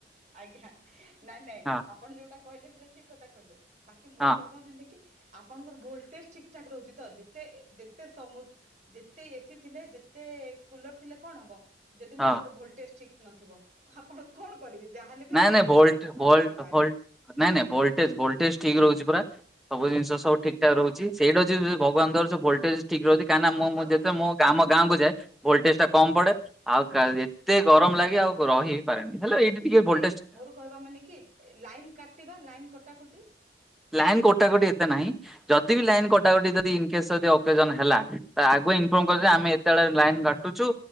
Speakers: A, on the right (about 40°); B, in the centre.
A: ଆଜ୍ଞା ନାଇଁ ନାଇଁ
B: ହଁ
A: ଆପଣ ଯୋଉଟା କହିଲେ ସେଇଟା ଠିକ କଥା କହିଲେ। ବାକି ମୋର
B: ହଁ
A: କହିବା ମାନେ କି ଆପଣଙ୍କର ଭୋଲଟେଜ୍ ଠିକ ଠାକ ରହୁଛି ତ ଯେତେ ଏ ଯେତେ ସମୁଦ ଯେତେ ଏସିି ଥିଲେ ଯେତେ କୁଲର୍ ଥିଲେ କଣ ହବ? ଯଦି
B: ହଁ।
A: ମନେକର ଭୋଲଟେଜ୍ ଠିକ୍ ନଥିବ ତ ଆପଣ କଣ କରିବେ? ଯାହା ହେଲେ ବି
B: ନାଇଁ
A: ଆପଣଙ୍କ
B: ନାଇଁ ଭୋଲ୍ଟ
A: ଶରୀରରୁ ସମୁଦ୍ର
B: ଭୋଲ୍ଟ
A: ବାହାରିବ।
B: ଭୋଲ୍ଟ ନାଇଁ ନାଇଁ ଭୋଲ୍ଟେଜ୍ ଭୋଲ୍ଟେଜ୍ ଠିକ ରହୁଛି ପୁରା। ସବୁ ଜିନିଷ ସବୁ ଠିକ ଠାକ୍ ରହୁଛି, ସେଇଟା ଯେବେ ଭଗବାନଙ୍କର ସେ ଭୋଲ୍ଟେଜ୍ ଠିକ ରହୁଛି କାଇଁନା ମୁଁ ମୁଁ
A: ଆଉ
B: ଯେତେ ମୁଁ କା-ଆମ ଗାଁକୁ ଯାଏ ଭୋଲ୍ଟେଜ୍
A: ହୁଁ
B: ଟା କମ ପଡେ, ଆଉ କା
A: ହୁଁ
B: ଏତେ ଗରମ ଲାଗି ଆଉ ଗ- ରହିି ପାରେନି, ହେଲା ଏଇଟି ଟିକେ ଭୋଲ
A: ନାଇଁ ମୋର କହିବା ମାନେ କି ଲାଇନ୍ କାଟିବା ଲାଇନ୍ କଟାକଟି
B: ଲାଇନ୍ କୋଟାକୋଟି ଏତେ ନାହିଁ। ଯଦି ବି ଲାଇନ୍ କଟାକଟି ଯଦି ଇନ୍ କେସ୍ ଯଦି ଅକେଜନ୍ ହେଲା ତା ଆଗୁଆ
A: ହୁଁ
B: ଇନଫର୍ମ କରି ଦେବ ଆମେ ଏତେବେଳେ ଲାଇନ୍ କାଟୁଛୁ,